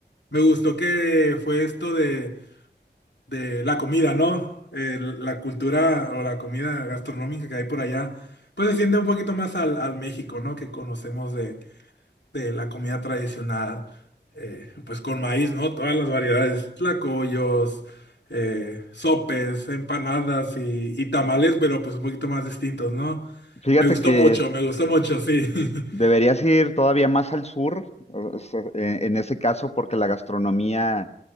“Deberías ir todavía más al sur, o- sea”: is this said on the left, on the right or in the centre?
Left